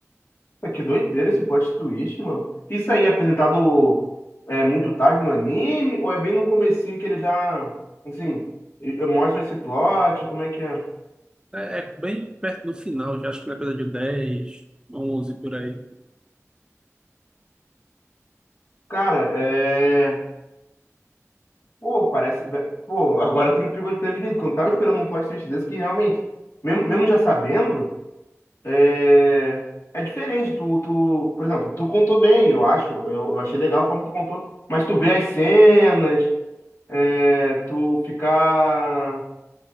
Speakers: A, on the left; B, on the right.
A: Pô, Que doideira esse plot twist, mano. Isso aí é apresentado é, muito tarde no anime, ou é bem no comecinho que ele já, assim, e- e mostram esse plot, como é que é?
B: É, é bem perto do final, já acho que na coisa 10 11 por aí.
A: Cara, é... Pô, parece... Pô, agora tu me pegou desprevenido, que eu não tava esperando um plot twist desse, que realmente, mesmo, mesmo já sabendo, é... É diferente, tu, tu, por exemplo, tu contou bem, eu acho, eu, eu achei legal a forma que tu contou, mas tu vê as cenas, é, tu ficar